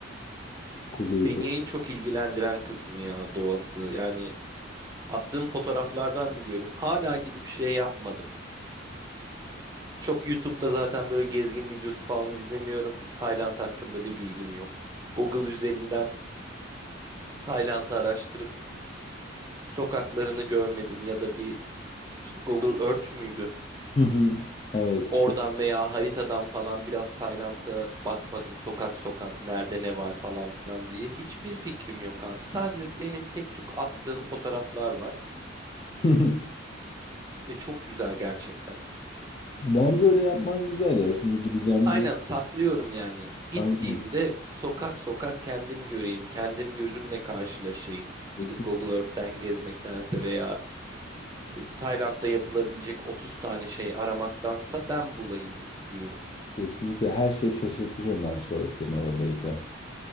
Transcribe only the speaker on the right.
Beni
en çok ilgilendiren kısmı ya doğası. Yani attığım fotoğraflardan biliyorum. Hala gidip şey yapmadım. Çok YouTube'da zaten böyle gezgin videosu falan izlemiyorum. Tayland hakkında bir bilgim yok. Google üzerinden Tayland'ı araştırıp sokaklarını görmedim ya da bir İşte Google Earth müydü?
Oradan
veya haritadan falan biraz Tayland'a bakmadım. Sokak sokak nerede ne var falan filan diye. Hiçbir fikrim yok abi. Sadece senin tek tük attığın fotoğraflar var.
Ve çok güzel gerçekten.
Aynen
saklıyorum yani. Gittiğimde
sokak sokak kendim göreyim. Kendim gözümle karşılaşayım.
Gidip Google Earth'ten gezmektense veya işte Tayland'da yapılabilecek 30 tane şey aramaktansa ben bulayım istiyorum.